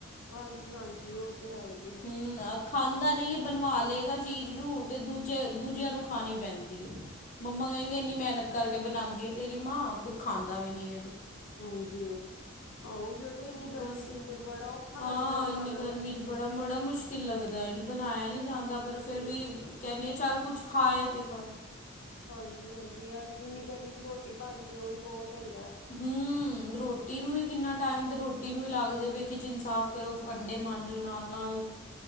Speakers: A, on the left; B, on the left.
A: ਹਾਂਜੀ ਹਾਂਜੀ ਉਹ ਤੇ ਹੈ ਈ ਐ।
B: ਹਮ ਖਾਂਦਾ ਨੀ ਬਣਵਾ ਲਏਗਾ ਚੀਜ਼ ਨੂੰ ਤੇ ਦੂਜੇ ਦੂਜਿਆਂ ਨੂੰ ਖਾਣੀ ਪੈਂਦੀ ਐ। ਮੰਮਾ ਕਹਿੰਦੀ ਇੰਨੀ ਮਿਹਨਤ ਕਰਕੇ ਬਣਾਦੀ ਆ ਤੇਰੀ ਮਾਂ ਤੂੰ ਖਾਂਦਾ ਵੀ ਨੀ
A: ਹਾਂਜੀ, ਆਹ ਉਹੀਓ ਤੇ ਇੰਨੀ ਗਰਮੀ
B: ਬਸ
A: ਚ ਤੇ ਬੜਾ ਔਖਾ ਲੱਗਦਾ
B: ਹਾਂ
A: ਬਣਾਣਾ
B: ਇੰਨੀ ਗਰਮੀ
A: ਦਾ
B: 'ਚ ਬੜਾ ਬੜਾ ਮੁਸ਼ਕਿਲ
A: ਹੂੰ,
B: ਲੱਗਦਾ ਹੈ ਬਣਾਇਆ ਨੀ ਜਾਂਦਾ ਪਰ ਫਿਰ
A: ਓਈਓ
B: ਵੀ
A: ਤੇ
B: ਕਹਿੰਨੀ ਆ ਚੱਲ ਕੁਛ ਖਾਏ ਤੇ ਫਿਰ
A: ਹਾਂਜੀ ਹਾਂਜੀ ਇੰਨੀ ਗਰਮੀ ਚ ਰੋਟੀ ਬਣ ਜੇ ਉਹ ਵੀ ਬੋਤ ਹੁੰਦਾ।
B: ਹੂੰ ਰੋਟੀ ਨੂੰ ਵੀ ਕਿੰਨਾ ਟਾਈਮ ਤੇ ਰੋਟੀ ਨੂੰ ਈ ਲੱਗ ਜਾਵੇ ਕਿਚਨ ਸਾਫ਼ ਕਰੋ ਭਾਂਡੇ ਮਾਂਜੋ ਨਾਲ ਨਾਲ